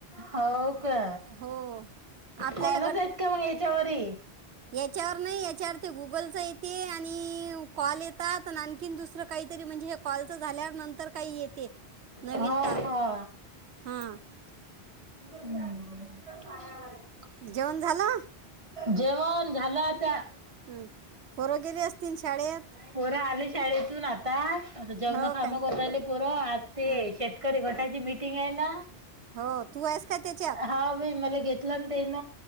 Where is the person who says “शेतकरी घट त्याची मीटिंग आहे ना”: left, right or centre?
Right